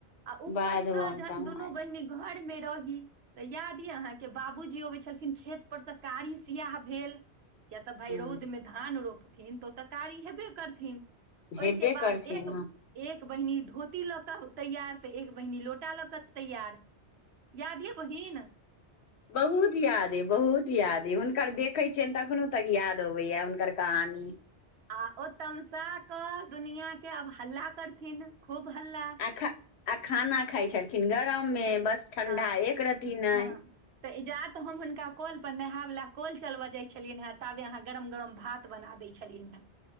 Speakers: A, on the right; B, on the left.
A: आ ऊपरसँ
B: बाध बन
A: जहन
B: सम्हार
A: दुनू बहिनी घर मे रही तऽ याद य अहाँके बाबूजी अबै छलखिन खेत पर से कारी सियाह भेल कियाकि भाय
B: हँ
A: रौद मे धान रोपथिन तऽ ओ तऽ कारी हेबे करथिन
B: झेबे
A: ओहिके बाद
B: करथिन
A: एक
B: हँ
A: एक बहिनी धोती लऽ कऽ तैयार तऽ एक बहिनी लोटा लऽ कऽ तैयार याद य बहीन
B: बहुत याद अ बहुत याद अ हुनकर देखैत छियनि तखनो तक याद अबैया हुनकर कहानी
A: आ ओ तमसा कऽ दुनिया के आब हल्ला करथिन खूब हल्ला
B: आ खा आ खाना खााय छलखिन गरमे बस ठंडा
A: हँ
B: एक रहती ने
A: हँ तऽ इजात हम हुनका कल पर नहाय वालला कल चलबा जाय छलियनि हे ताबे अहाँ गरम गरम भात बना दै छलियै हेँ